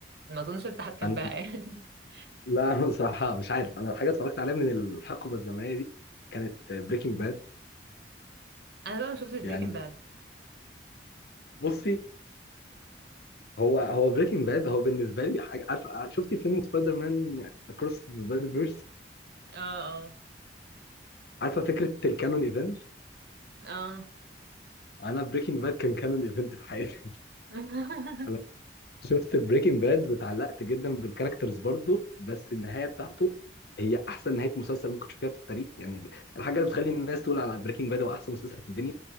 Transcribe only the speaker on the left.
أنا
لأ، أنا بصراحة مش عارف، أنا الحاجة اتفرجت عليها من الحقبة الزمنية دي كانت Breaking Bad،
يعني
بُصّي، هو هو Breaking Bad هو بالنسبة لي حاجة عارفة شُفتِ فيلم Spider-Man Across the Spider-Verse
عارفة فكرة الcanon event؟
أنا Breaking Bad كان canon event في حياتي.
انا شفت بريكنج باد واتعلقت جدا بالكاركترز برضه بس النهايه بتاعته هي احسن نهايه مسلسل ممكن تشوفها في التاريخ يعني الحاجه اللي بتخلي الناس تقول على بريكنج باد هو احسن مسلسل في الدنيا